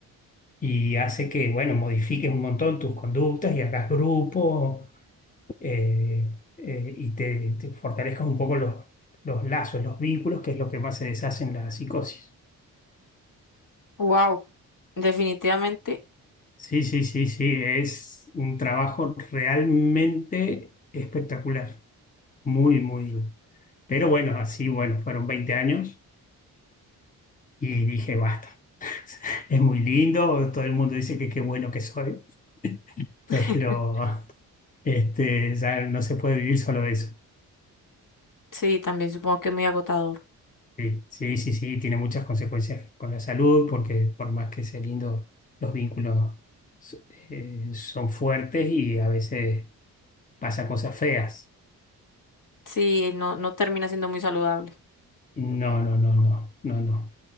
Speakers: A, on the left (about 20°); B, on the left (about 45°).
A: y hace que, bueno, modifiques un montón tus conductas y hagas grupo eh, eh, y te, te fortalezcas un poco los, los lazos, los vínculos, que es lo que más se deshace en la psicosis.
B: Wow, definitivamente.
A: Sí, sí, sí, sí, es un trabajo realmente espectacular, muy, muy. Pero bueno, así, bueno, fueron 20 años y dije, basta. <laughs> Es muy lindo, todo el mundo dice que qué bueno que soy, pero
B: <laughs>
A: <laughs> este, ya no se puede vivir solo de eso.
B: Sí, también supongo que es muy agotador.
A: Sí, sí, sí, sí, tiene muchas consecuencias con la salud, porque por más que sea lindo, los vínculos so- eh, son fuertes y a veces pasa cosas feas.
B: Sí, no, no termina siendo muy saludable.
A: No, no, no, no, no, no.